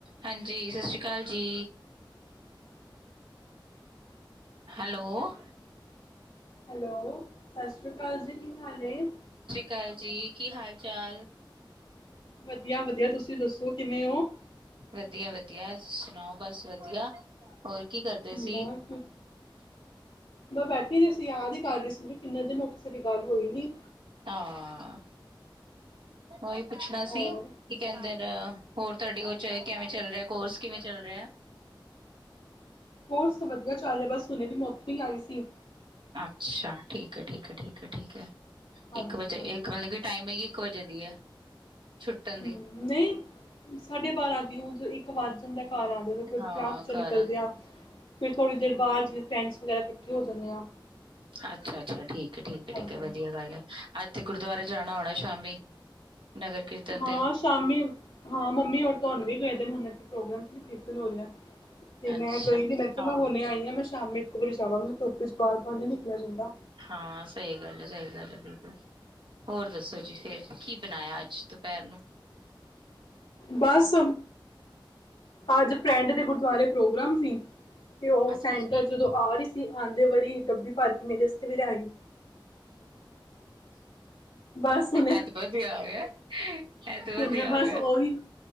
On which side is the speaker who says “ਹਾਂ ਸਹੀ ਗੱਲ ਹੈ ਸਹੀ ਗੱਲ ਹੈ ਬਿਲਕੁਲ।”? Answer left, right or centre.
Right